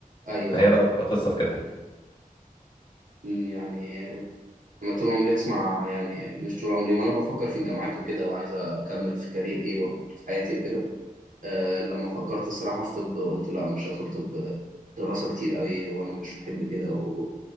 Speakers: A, on the right; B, on the left.
A: أيوه
B: فهي
A: اه
B: بقى بتبقى قصة في كده يعني
A: م، يعني انا طول عمري اسمع يعني مش طول عمري وانا بفكر في الجامعات وكده وعايز اكمل في كارير ايه ولا في حياتي وكده أه لما فكرت الصراحه في طب قلت لا مش هدخل طب دراسه كتير قوي وانا مش بحب كده و...